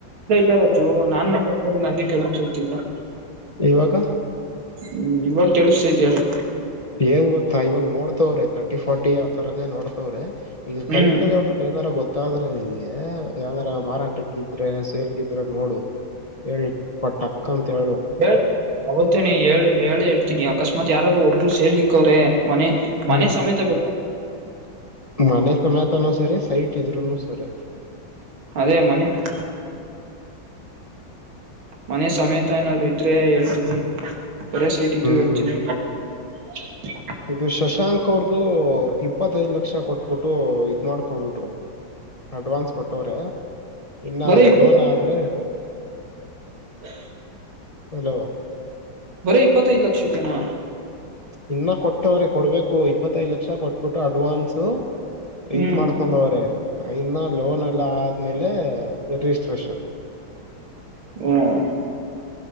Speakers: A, on the right; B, on the left.
A: ಇ ಇಲ್ಲಾ ರಾಜೂ ನಾನ್ ಮಾತಾಡ್ತ ಇರೋದ್ ನಂಗೆ ಕೇಳ್ಸತೈತ್ ತಿರಗ.
B: ಇವಾಗ
A: ಹ್ಮ್ ಇವಾಗ ಕೆೇಳಸ್ತೈತೇಳು.
B: ಏಂಗ ಗೊತ್ತಾ ಇವಾಗ ನೋಡ್ತವ್ರೆ ತರ್ಟಿ ಫೋರಟಿ ಆತರಾನೇ ನೋಡ್ತವ್ರೆ. ಈಗ
A: ಹ್ಮ್
B: ಕವಿ ಕಲೆ ಹೊಟ್ಟ ಏನಾರ ಗೊ ಗೊತ್ತಾದ್ರೆ ನಿನ್ಗೆ, ಯಾವುದಾದರೂ, ಮಾರಾಟಕ್ಕಿದ್ರೆ! ಸೇಲ್ಗಿದ್ರೆ ನೋಡು? <inaudible> ಹೇ, ಪಾ, ಟಕ್ ಅಂತ ಹೇಳು? <unintelligible>
A: ಹೇ ಅವತ್ತು ನೀ ಹೇಳಿ, ಹೇಳಿ, ಹೇಳ್ತೀನಿ! ಅಕಸ್ಮಾತ್! ಯಾರಾರು, ಒಬ್ರು, ಸೇಲ್ ಇಕ್ಕವ್ರೆ ಮನೆ? <unintelligible>
B: ಹ್ಮ್,
A: ಸಮೇತ ಬೇಕು
B: ಮನೆ ಸಮೇತನೂ ಸರಿ ಸೈಟ್ ಇದ್ರುನು ಸರಿ. <unintelligible>
A: ಅದೇ, ಮನೆ. <inaudible> ಮನೆ, ಸಮೇತ ಏನಾದ್ರು ಇದ್ರೆ! ಹೇಳ್ತೀನಿ, ಬರೆ ಸೈಟ್, ಇದ್ರು
B: ಹ್ಮ್
A: ಹೇಳ್ತೀನಿ? <unintelligible> <unintelligible> <inaudible>
B: ಇದು, ಶಶಾಂಕ್ ಅವ್ರ್ದು! ಇಪ್ಪತ್ತೈದ್, ಲಕ್ಷ ಕೊಟ್ಬಿಟ್ಟು, ಇದ್ ಮಾಡ್ಕೊಂಡ್ಬಿಟ್ರು? <inaudible> ಅಡ್ವಾನ್ಸ್, ಕೊಟ್ಟವ್ರೆ! ಇನ್ನ,
A: ಬರೀ
B: ಅದು,
A: ಇಪ್ಪ
B: ಲೋನ್ ಆದ್ರೆ? <inaudible>
A: <unintelligible> <inaudible>
B: ಅಲ್ಲೋ? <inaudible>
A: ಬಾರಿ, ಇಪ್ಪತ್ತೈದು ಲಕ್ಷಕ್ಕೆನಾ? <inaudible>
B: ಇನ್ನ, ಕೊಟ್ಟವ್ರೆ ಕೊಡ್ಬೇಕು! ಇಪ್ಪತ್ತುಯೈಧು ಲಕ್ಷ ಲಕ್ಷ, ಕೊಟ್ಬಿಟ್ಟು ಅಡ್ವಾನ್ಸ. <inaudible>
A: ಹ್ಮ್
B: ಇದ್, ಮಾಡ್ಕೊಂಡವ್ರೆ! ಇನ್ನ, ಲೋನ್ ಎಲ್ಲಾ ಆದ್ಮೇಲೆ, ರಿಜಿಸ್ಟ್ರೇಷನ್? <inaudible>
A: ಹೂ. <unintelligible>